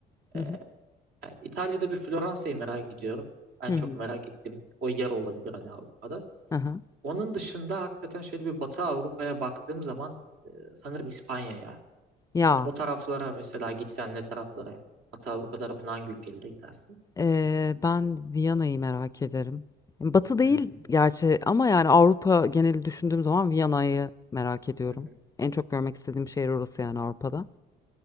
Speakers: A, on the left; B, on the right.
A: Hı
B: Ee,
A: hı.
B: yani İtalya'da bir Floransa'yı merak ediyorum. En
A: Hı hı.
B: çok merak ettiğim o yer olabilir hani Avrupa'da.
A: Hı
B: Onun dışında hakikaten şöyle bir Batı Avrupa'ya baktığım zaman e, sanırım İspanya'ya.
A: Ya
B: Hani o taraflara mesela gitsen ne taraflara? Batı Avrupa tarafına hangi ülkelere gidersin?
A: e, ben Viyana'yı merak ederim. Batı değil
B: Hmm.
A: gerçi ama yani Avrupa geneli düşündüğüm zaman Viyana'yı merak ediyorum.
B: <laughs>
A: En çok görmek istediğim şehir orası yani Avrupa'da.